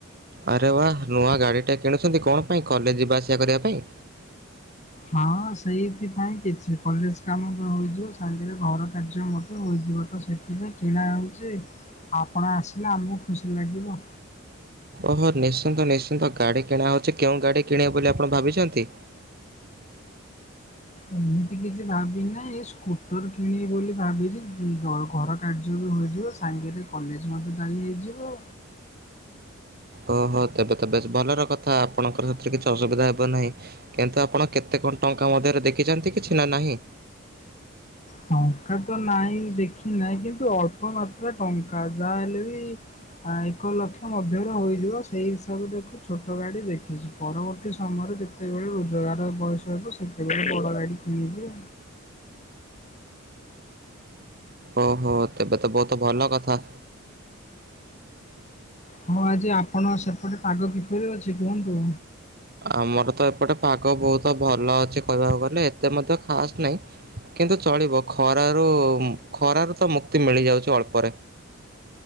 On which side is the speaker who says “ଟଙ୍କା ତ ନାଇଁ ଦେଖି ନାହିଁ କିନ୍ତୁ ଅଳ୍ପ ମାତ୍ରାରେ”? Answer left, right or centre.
Left